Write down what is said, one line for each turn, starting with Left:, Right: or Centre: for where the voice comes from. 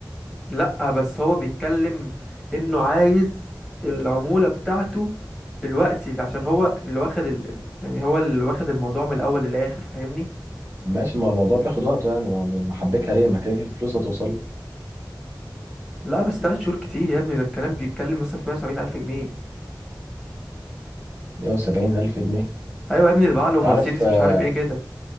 Centre: لا بس هو بيتكلم انه عايز العمولة بتاعته دلوقتي عشان هو اللي واخد ال... ال- يعني هو اللي واخد الموضوع من الاول للاخر فاهمني
Right: ماشي ما هو الموضوع بياخد وقته يعني ما هو محبكها ليه ما كده كده الفلوس هتوصل له
Centre: لا بس تلات شهور كتير يا ابني ده الكلام بيتكلم مثلا في 170 الف جنيه
Right: 170 الف جنيه
Centre: ايوه يا ابني ده بقى له
Right: انت
Centre: مرسيدس
Right: عارف آه،
Centre: مش عارف ايه كده